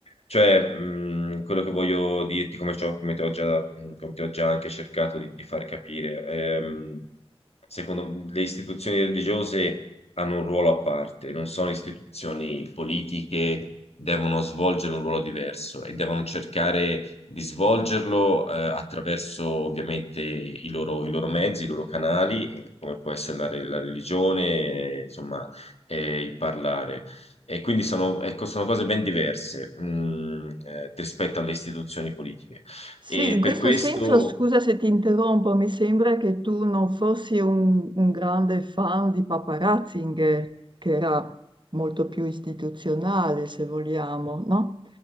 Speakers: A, on the left; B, on the right.
A: Cioè, mh, quello che voglio dirti, come, ciò- come ti ho già, mh, come ti ho già anche cercato di, di far capire, ehm, secondo le istituzioni religiose hanno un ruolo a parte, non sono istituzioni politiche, devono svolgere un ruolo diverso e devono cercare di svolgerlo eh, attraverso ovviamente i loro, i loro mezzi, i loro canali, eh, come può essere la, re- la religione, eh, insomma, eh, il parlare. E quindi sono, ecco, sono cose ben diverse, mm, eh, rispetto alle istituzioni politiche.
B: Sì,
A: E
B: in questo
A: per questo
B: senso, scusa se ti interrompo, mi sembra che tu non fossi un, un grande fan di Papa Ratzinger, che era molto più istituzionale, se vogliamo, no?